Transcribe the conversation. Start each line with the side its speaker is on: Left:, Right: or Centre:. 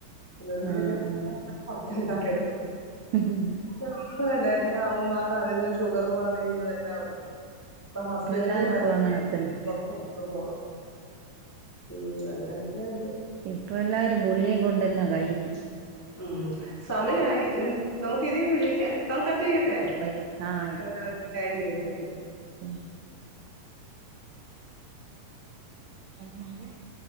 Left: അന്നേരം
Right: ആഹ്
Left: പിന്നെ
Right: ആഹ്
Left: <inaudible> കൊറക്കണ്ടായോ
Right: <unintelligible>
Left: <unintelligible> ഉമ്മാക്ക് ആണെങ്കി ഷുഗറും അത് ഇത് എല്ലാം ഉണ്ട് ഇപ്പ ഹസ്ബന്റിന്
Right: എല്ലാർക്കും
Left: മരു
Right: അങ്ങനെ
Left: <inaudible>
Right: തന്നെ
Left: <unintelligible> പോണം ഉം അങ്ങനൊക്കെ ഒണ്ട്
Right: ഇപ്പ എല്ലാരും ഗുളിയേം കൊണ്ടന്ന കയ്ന്നെ
Left: ഉം സമയായി എ നമുക്ക് ഇനിയും വിളിക്ക നാൾ കട്ട്യ്യട്ടെ
Right: ഓഹ് ആയിക്കോട്ടെ ആ
Left: ആ താങ്ക്യൂ താങ്ക്യൂ
Right: ഉ <unintelligible>